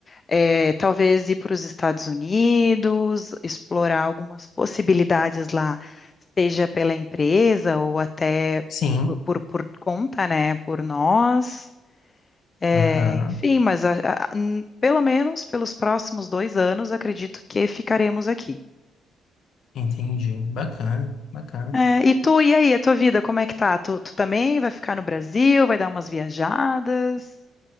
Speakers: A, on the left; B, on the left.
A: É, talvez ir para os Estados Unidos, explorar algumas possibilidades lá, seja pela empresa ou até
B: sim.
A: por, por- por conta, né, por nós. É,
B: Aham,
A: enfim, mas a- a- n- pelo menos pelos próximos dois anos, acredito que ficaremos aqui.
B: entendi. Bacana, bacana.
A: É, e tu, e aí, a tua vida, como é que tá? Tu, tu também vai ficar no Brasil, vai dar umas viajadas?